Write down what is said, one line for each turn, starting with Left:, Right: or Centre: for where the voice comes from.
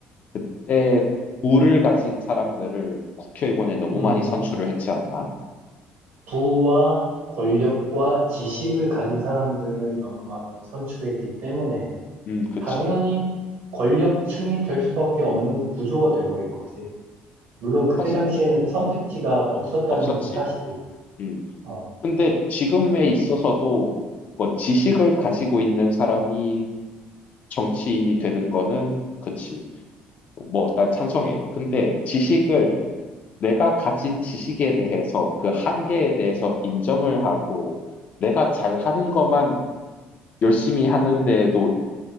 Left: 그때 부를 가진 사람들을 국회의원에 너무
Right: 음,
Left: 많이 선출을 했지 않나?
Right: 부와 권력과
Left: 음,
Right: 지식을 가진 사람들을 너무 많이
Left: 음,
Right: 선출했기 때문에
Left: 음, 그치.
Right: 당연히 권력층이 될 수밖에 없는 구조가 돼버린 거지. 물론 그때
Left: 사실
Right: 당시에는 선택지가
Left: 어,
Right: 없었다는
Left: 없었지.
Right: 것도 사실이야.
Left: 음.
Right: 어,
Left: 근데 지금에 있어서도 뭐 지식을 가지고 있는 사람이 정치인이 되는 거는 그치. 뭐 난 찬성해. 근데 지식을 내가 가진 지식에 대해서 그 한계에 대해서 인정을 하고 내가 잘하는 것만 열심히 하는데에도